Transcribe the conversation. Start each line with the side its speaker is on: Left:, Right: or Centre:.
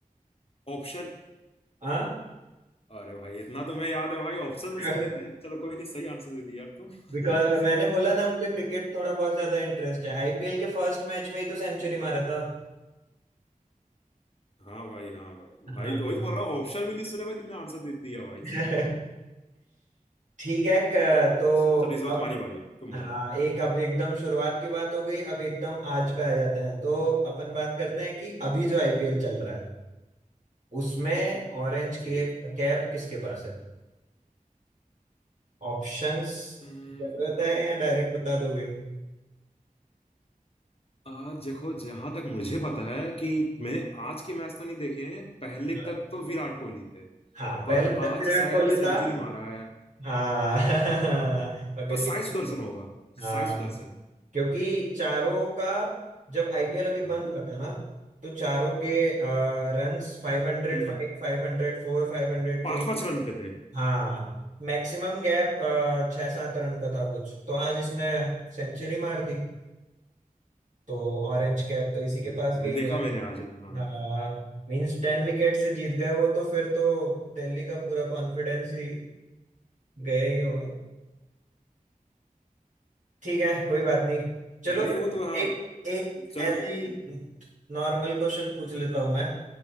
Left: ऑप्शन
Right: हाँ
Left: अरे भाई इतना तुम्हें याद है भाई ऑप्शन
Right: <laughs>
Left: तो सुन लेते चलो कोई नहीं सही आंसर दे दिया यार तुम
Right: बिकॉज मैंने
Left: <laughs>
Right: बोला ना मुझे क्रिकेट थोड़ा बहुत ज्यादा इंटरेस्ट है आईपीएल के फर्स्ट मैच में ही तो सेंचुरी मारा था
Left: हाँ भाई हाँ भाई
Right: हाँ
Left: भाई तो वही तो बोल रहा हूँ ऑप्शन भी नहीं सुने भाई तुमने आंसर दे दिया भाई
Right: <laughs>
Left: साहब
Right: ठीक है क- तो
Left: अच्छा चलो इस बार
Right: अब
Left: तुम्हारी बारी है, तुम
Right: हाँ
Left: बोलो
Right: एक अब एकदम शुरुआत की बात हो गई अब एकदम आज पे आ जाते हैं तो अपन बात करते हैं कि अभी जो आईपीएल चल रहा है उसमें ऑरेंज
Left: ठीक
Right: कैप
Left: है
Right: कैप किसके पास है ऑप्शंस
Left: हम्म,
Right: जरूरत है या डायरेक्ट बता दोगे
Left: आ, देखो जहां तक मुझे पता है कि मैंने आज के मैच तो नहीं देखे हैं पहले
Right: हाँ
Left: तक तो विराट कोहली थे
Right: हाँ पहले
Left: पर
Right: तक
Left: आज
Right: विराट
Left: शायद
Right: कोहली
Left: सेंचुरी
Right: था
Left: मारा है
Right: हाँ <laughs> पकड़
Left: तो
Right: लिया
Left: साई सुदर्शन होगा
Right: हाँ
Left: साई सुदर्शन
Right: क्योंकि चारों का जब आईपीएल अभी
Left: हाँ
Right: बंद हुआ था ना तो चारों के रन्स फाइव हंड्रेड
Left: हम्म
Right: फाइव
Left: हम्म
Right: फाइव हंड्रेड फोर फाइव हंड्रेड
Left: पांच
Right: थ्री
Left: पांच रन पे थे
Right: हाँ मैक्सिमम गैप छह सात रन का था कुछ तो आज इसने सेंचुरी मार दी तो ऑरेंज कैप तो इसी के
Left: हम्म
Right: पास
Left: हम्म,
Right: गई
Left: मैं देखा
Right: है
Left: मैंने आज हाँ
Right: हाँ मींस टेन विकेट से जीत गए वो तो फिर तो दिल्ली का पूरा कॉन्फिडेंस ही गया ही होगा ठीक है कोई बात नहीं चलो
Left: भाई
Right: फिर
Left: वो तो हाँ
Right: एक एक
Left: चलो
Right: ऐसे
Left: को-
Right: ही नॉर्मल क्वेश्चन पूछ लेता हूं मैं